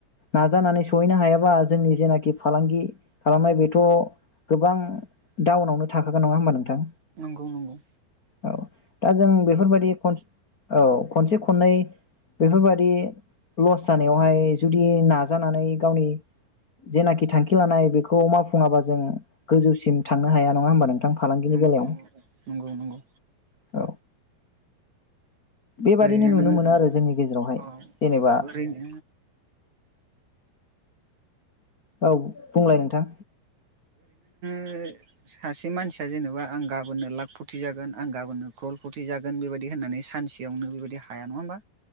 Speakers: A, on the left; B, on the right.
A: नाजानानै सहैनो हायाबा जोंनि जेनाखि फालांगि खालामनाय बेथ' गोबां डाउनावनो थाखागोन। नङा होमबा नोंथां?
B: नंगौ नंगौ
A: औ दा जों बेफोरबायदि औ खनसे खननै बेफोरबादि लस जानायावहाय जुदि नाजानानै गावनि जेनाखि थांखि लानाय बेखौ मावफुङाबा जों गोजौसिम थांनो हाया नङा होमबा नों थां फालांगिनि
B: नंगौ नों नंगौ
A: बेलायाव।
B: नंगौ नंगौ नंगौ
A: औ बेबादिनो
B: ओरैनो
A: नुनो
B: नोङो
A: मोनो आरो जोंनि गेजेरावहाय
B: औ
A: जेनेबा
B: औ ओरैनो
A: औ बुंलाय नोंथां।
B: ओ सासे मानसिया जेनेबा आं गाबोननो लाख फथि जागोन आं गाबोननो क्रल फथि जागोन बेबायदि होननानै सानसेयावनो बेबायदि हाया। नङा होमबा?